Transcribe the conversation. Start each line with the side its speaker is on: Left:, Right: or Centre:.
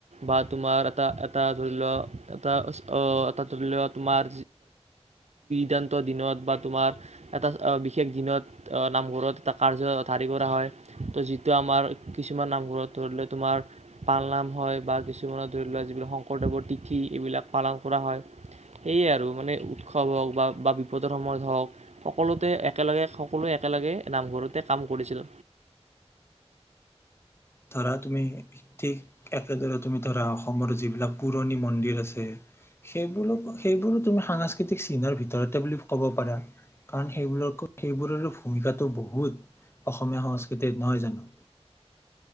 Right: বা তোমাৰ এটা এটা ধৰি লোৱা এটা আহ এটা ধৰি লোৱা তোমাৰ দান্ত দিনত বা তোমাৰ এটা বিশেষ দিনত নামঘৰত এটা কাৰ্য ধাৰী কৰা হয় তো যিটো আমাৰ কিছুমান নামঘৰত ধৰি লোৱাক তোমাৰ পালনাম হয় বা কিছুমানৰ ধৰি লওোৱা যিবিলাক শংকৰদেৱৰ তিথি এইবিলাক পালন কৰা হয়। সেয়ে আৰু মানে উৎসৱ হওক বা বা বিপদৰ সময়ত হওক সকলোতে একেলগে সকলোৱে একেলগে নামঘৰতে কাম কৰিছিল।
Left: ধৰা তুমি ঠিক একেদৰে তুমি ধৰা অসমৰ যিবিলাক পুৰণি মন্দিৰ আছে সেইবোৰক সেইবোৰো তুমি সাংস্কৃতিক চিনৰ ভিতৰতে বুলি ক'ব পাৰা। কাৰণ সেইবোৰো সেইবোৰৰ ভূমিকাটো বহুত অসমীয়া সংস্কৃতি নহয় জানো